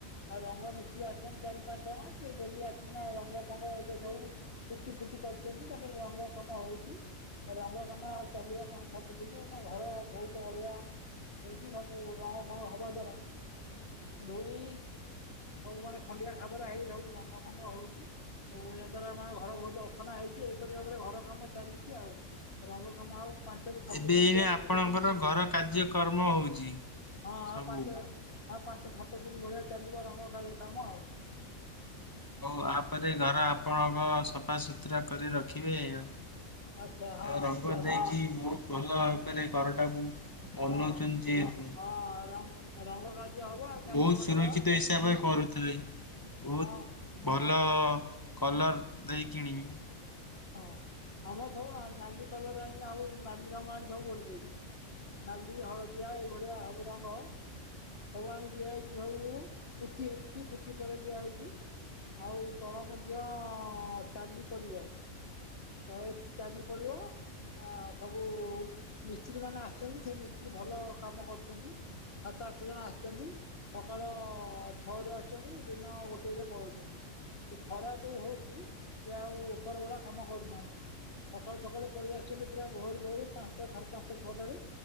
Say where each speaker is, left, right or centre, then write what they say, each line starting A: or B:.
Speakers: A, on the left; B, on the left.
A: ଆଉ ରଙ୍ଗ ମିଶିକି ଆଶିଛନ୍ତି ଚାରି ପାଞ୍ଚ ଜଣ, ସେ ଡେଲି ଆସିକିନା ରଙ୍ଗ ଫଙ୍ଗ ଏବେ ସବୁ ହଉ ଫୁଟି ଫୁଟି କରୁଛନ୍ତି, ତାପରେ ରଙ୍ଗ କାମ ହଉଛି। ରଙ୍ଗ କାମ ଆଉ ଚାଲିବ ପାଞ୍ଚ ସାତ ଦିନ, ଏଇନା ଘର ବହୁତ ଅଳିଆ ହେଇକି ସବୁ ରଙ୍ଗ ଭଙ୍ଗ ହବ ଦ୍ଵାରା ଧୂଳି ସବୁ ମାନେ ଖଣ୍ଡିଆ ଖାବରା ହେଇ ସବୁ ରଙ୍ଗ ଫଙ୍ଗ ହଉଛି। ଓ ଏହା ଦ୍ଵାରା ଆମ ଘର ବହୁତ ଅସନା ହେଇଛି, ଏଇପରି ଭାବରେ ଘର କାମ ଚାଲିଛି ଆଉ ରଙ୍ଗ କାମ ଆଉ ପାଞ୍ଚରୁ ସାତ
B: ଏବେ
A: ଦିନ
B: ଏଇନା
A: ଚାଲିବ।
B: ଆପଣଙ୍କର ଘର କାର୍ଯ୍ୟକମ ହଉଛି।
A: ହଁ ଆଉ
B: ସବୁ।
A: ପାଞ୍ଚ ଆଉ ପାଞ୍ଚ ସାତ ଦିନ ଭଳିଆ ଚାଲିବ ରଙ୍ଗ କାଳି କାମ ଆଉ
B: ତାପରେ ଘର ଆପଣଙ୍କ ସଫାସୁତୁରା କରି ରଖିବେ ଆଉ।
A: ଆଚ୍ଛା ହଁ
B: ଆଉ ରଙ୍ଗ ଦେଇକି ବହୁତ ଭଲ ଭାବରେ ଘରଟାକୁ
A: ହଁ
B: ଅନୋଉଛନ୍ତି ଯେହେତୁ
A: ହଁ ରଙ୍ଗ ରଙ୍ଗ କାର୍ଯ୍ୟ ହବ ଆଉ ତାପରେ
B: ବହୁତ
A: ମଧ୍ୟ
B: ସୁରକ୍ଷିତ
A: ହଁ
B: ହିସାବରେ କରୁଥି ତବେ ବହୁତ
A: ହଁ।
B: ଭଲ କଲର୍ ଦେଇ କିଣିବି
A: ହଁ ଆମର ସବୁ ନାଲି କଲର ଆଣି ଆଉ ନାଲି ରଙ୍ଗ ଆଣି ସବୁ ବୋଳିଦେଇଛୁ। ନାଲି ହଳଦିଆ ଏଇଭଳିଆ ସବୁ ରଙ୍ଗ। ସବୁ ଆଣି ଦିଆଯାଇଛି ସବୁ ପୁଟି ହେଇଛି ପୁଟି ପରେ ଦିଆହେଇଛି। ଆଉ ତଳ ମଧ୍ୟ ଟାଲି ପଡିବ। ତଳେ ଟାଲି ପଡିବ। ଆ ସବୁ ମିସ୍ତ୍ରୀ ମାନେ ଆସିଛନ୍ତି ସେ ମିସ୍ତ୍ରୀ ଭଲ କାମ କରୁଛନ୍ତି। ସାତ ଆଠ ଜଣ ଆସିଛନ୍ତି। ସକାଳ ଛଅରୁୁ ଆସୁଛନ୍ତି ଦିନ ଗୋଟିଏରେ ପଳଉଛନ୍ତି। ସେ ଖରା ଯୋଉ ହଉଛି ସେ ଆଉ ଉପର ବେଳା କାମ କରୁନାହାନ୍ତି। ସକାଳୁ ସକାଳୁ ପଳେଇ ଆସୁଛନ୍ତି ପୁରା ଭୋରୁ ଭୋରୁ ପାଞ୍ଚଟା ସାଢ଼େ ପାଞ୍ଚଟା ଛଅଟାରୁ।